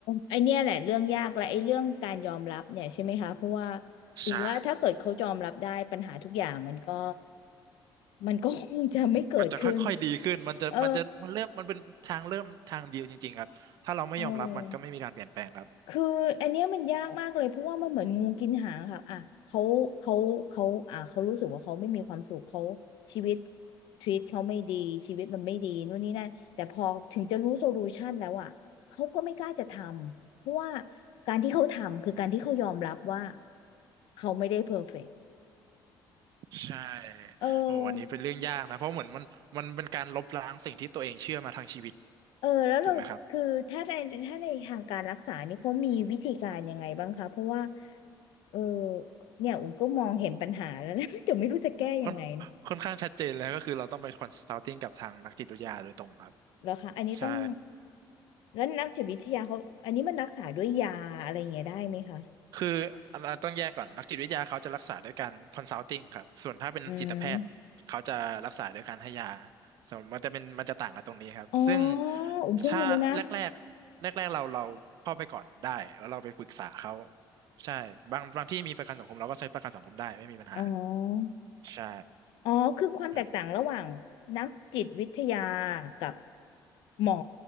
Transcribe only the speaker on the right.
ใช่
มันจะค่อยๆดีขึ้นมันจะมันจะมันเริ่มมันเป็นทางเริ่มทางเดียวจริงๆครับถ้าเราไม่ยอมรับมันก็ไม่มีการเปลี่ยนแปลงครับ
ใช่
โอ้อันนี้เป็นเรื่องยากนะเพราะเหมือนมันมันเป็นการลบล้างสิ่งที่ตัวเองเชื่อมาทางชีวิต
ถูกไหมครับ
ค่อนค่อนข้างชัดเจนแล้วก็คือเราต้องไปคอนซัลติ้งกับทางนักจิตวิทยาโดยตรงครับ
ใช่
คืออันนั้นต้องแยกก่อนนักจิตวิทยาเขาจะรักษาด้วยการคอนซัลติ้งครับส่วนถ้าเป็นจิตแพทย์เขาจะรักษาด้วยการให้ยา
ส่วนมันจะเป็นมันจะต่างกันตรงนี้ครับซึ่ง
ถ้าแรกแรกแรกแรกๆเราเราเข้าไปก่อนได้แล้วเราไปปรึกษาเขาใช่บางบางที่มีประกันสังคมเราก็ใช้ประกันสังคมได้ไม่มีปัญหา
ใช่
ครับ